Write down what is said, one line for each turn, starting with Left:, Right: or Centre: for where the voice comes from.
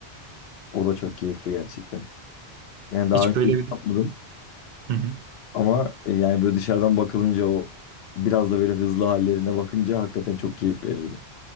Left: O da çok keyifli gerçekten. Yani daha
Right: Hiç
Left: önce
Right: böyle
Left: hiç
Right: bir...
Left: yapmadım
Right: Hı hı.
Left: ama e, yani böyle dışarıdan bakılınca o biraz da böyle hızlı hallerine bakınca hakikaten çok keyif verirdi.